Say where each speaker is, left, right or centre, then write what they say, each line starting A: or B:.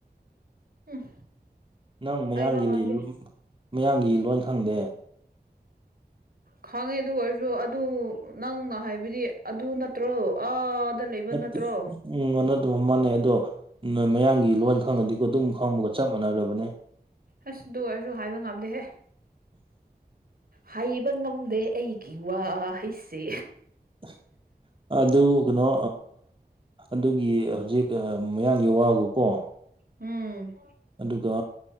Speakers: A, on the right; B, on the right.
A: <inaudible>
B: ꯎꯝ
A: ꯅꯪ ꯃꯌꯥꯡꯒꯤ
B: ꯍꯥꯏꯕ ꯉꯝꯗꯦ
A: ꯂꯩ <unintelligible> ꯃꯌꯥꯡꯒꯤ ꯂꯣꯟ ꯈꯪꯗꯦ
B: ꯈꯪꯉꯦ ꯑꯗꯨ ꯑꯣꯏꯔꯁꯨ ꯑꯗꯨ ꯅꯪꯅ ꯍꯥꯏꯕꯗꯤ ꯑꯗꯨ ꯅꯠꯇ꯭ꯔꯣ ꯑꯥꯗ ꯂꯩꯕ
A: ꯅꯠꯇꯦ
B: ꯅꯠꯇ꯭ꯔꯣ
A: ꯎꯝ ꯑꯗꯨꯅ ꯑꯗꯨꯝ ꯃꯥꯟꯅꯩ ꯑꯗꯣ ꯃꯌꯥꯝꯒꯤ ꯂꯣꯏ ꯈꯪꯉꯗꯤꯀꯣ ꯑꯗꯨꯝ ꯈꯪꯕꯒ ꯆꯞ ꯃꯥꯟꯅꯔꯕꯅꯦ
B: ꯑꯁ ꯑꯗꯨ ꯑꯣꯏꯔꯁꯨ ꯍꯥꯏꯕ ꯉꯝꯗꯦꯍꯦ ꯍꯩꯕ ꯉꯝꯗꯦ ꯑꯩꯒꯤ ꯋꯥ ꯍꯩꯁꯦ
A: <unintelligible> ꯑꯗꯨ ꯀꯩꯅꯣ ꯑꯗꯨꯒꯤ ꯍꯧꯖꯤꯛ ꯃꯌꯥꯡꯒꯤ ꯋꯥꯒꯀꯣ
B: ꯎꯝ
A: ꯑꯗꯨꯒ